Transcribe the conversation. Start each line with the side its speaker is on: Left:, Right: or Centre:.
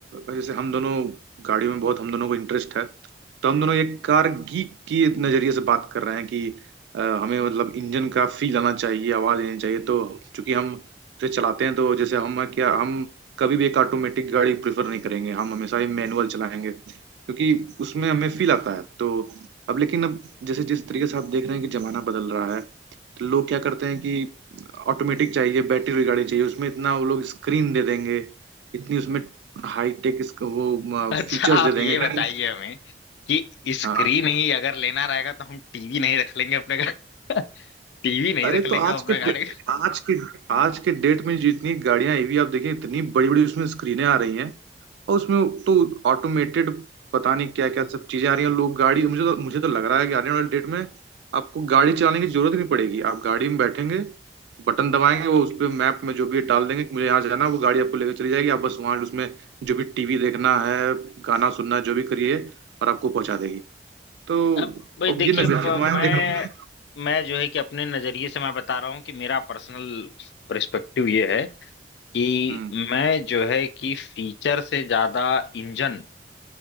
Right: जैसे हम दोनों गाड़ियों में बहुत हम दोनों को इंटरेस्ट है तो हम दोनों एक कार गीक की नजरिए से बात कर रहे हैं कि अ, हमें मतलब इंजन का फील आना चाहिए आवाज आनी चाहिए तो चूंकि हम उसे चलाते हैं तो जैसे हम क्या हम कभी भी एक ऑटोमेटिक गाड़ी प्रेफर नहीं करेंगे हम हमेशा ही मैनुअल चलाएंगे क्योंकि उसमें हमें फील आता है तो अब लेकिन अब जैसे जिस तरीके से आप देख रहे हैं कि जमाना बदल रहा है तो लोग क्या करते हैं कि ऑटोमेटिक चाहिए बैटरी रिगार्डिंग चाहिए उसमें इतना वो लोग स्क्रीन दे देंगे इतनी उसमें हाई टेक वो
Left: <laughs> अच्छा
Right: फीचर्स
Left: आप
Right: दे
Left: ये
Right: देंगे
Left: बताइए
Right: कि-
Left: हमें कि स्क्रीन
Right: हाँ
Left: ही अगर लेना रहेगा तो हम टीवी नहीं रख लेंगे अपने घर <laughs> टीवी नहीं
Right: अरे
Left: रख लेंगे
Right: तो आज
Left: अपने
Right: के
Left: गाड़ी
Right: आज के आज के डेट में जितनी गाड़ियां ईवी आप देखिए इतनी बड़ी बड़ी उसमें स्क्रीनें आ रही हैं और उसमें तो ऑटोमेटेड पता नहीं क्या क्या सब चीजें आ रही हैं लोग गाड़ी मुझे तो मुझे तो लग रहा है कि आने वाले डेट में आपको गाड़ी चलाने की जरूरत ही नहीं पड़ेगी आप गाड़ी में बैठेंगे बटन दबाएंगे वो उस पे मैप में जो भी डाल देंगे कि मुझे यहाँ जाना है, वो गाड़ी आपको लेकर चली जाएगी आप बस वहाँ उसमें जो भी टीवी देखना है गाना सुनना है, जो भी करिए और आपको पहुंचा देगी तो
Left: अब भाई
Right: अब
Left: देखिए
Right: ये नजर
Left: अब
Right: मैं
Left: मैं
Right: देख रहा हूँ
Left: मैं जो है कि अपने नजरिए से मैं बता रहा हूँ कि मेरा पर्सनल पर्सपेक्टिव ये है कि
Right: हम्म
Left: मैं जो है कि फीचर से ज्यादा इंजन